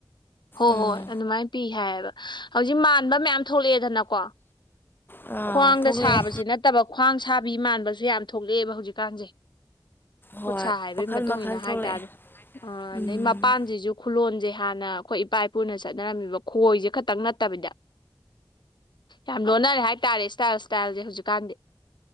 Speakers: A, on the left; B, on the left.
A: ꯍꯣꯏ
B: ꯎꯝ
A: ꯍꯣꯏ ꯑꯗꯨꯃꯥꯏꯅ ꯄꯤ ꯍꯥꯏꯌꯦꯕ ꯍꯧꯖꯤꯛ ꯃꯥꯟꯕ ꯃꯌꯥꯝ ꯊꯣꯛꯂꯛꯑꯦ ꯗꯅꯀꯣ
B: ꯑꯥ
A: ꯈ꯭ꯋꯥꯡꯗ
B: ꯊꯣꯛꯂꯛꯑꯦ
A: ꯁꯥꯕꯁꯤ ꯅꯠꯇꯕ ꯈ꯭ꯋꯥꯡ ꯁꯥꯕꯤ ꯃꯥꯟꯕꯁꯨ ꯌꯥꯝ ꯊꯣꯛꯂꯛꯑꯦꯕ ꯍꯧꯖꯤꯛꯀꯥꯟꯁꯦ
B: ꯍꯣꯏ
A: ꯈꯨꯠꯁꯥ ꯍꯩꯕꯒꯤ
B: ꯃꯈꯜ
A: ꯃꯇꯨꯡ
B: ꯃꯈꯜ
A: ꯏꯟꯅ
B: ꯊꯣꯛꯂꯛꯑꯦ
A: ꯍꯥꯏꯇꯥꯔꯦ ꯑ
B: ꯎꯝ
A: ꯑꯗꯒꯤ ꯃꯄꯥꯟ ꯃꯁꯤꯁꯨ ꯈꯨꯂꯣꯟꯁꯦ ꯍꯥꯟꯅ ꯑꯩꯈꯣꯏ ꯏꯄꯥ ꯏꯄꯨꯅ ꯆꯠꯅꯔꯝꯃꯤꯕ ꯈꯣꯏꯁꯦ ꯈꯛꯇꯪ ꯅꯠꯇꯕꯤꯗ ꯌꯥꯝ ꯂꯣꯟꯅꯔꯦ ꯍꯥꯏꯇꯥꯔꯦ ꯏꯁꯇꯥꯏꯜ ꯏꯁꯇꯥꯏꯜꯁꯦ ꯍꯧꯖꯤꯛꯀꯥꯟꯗꯤ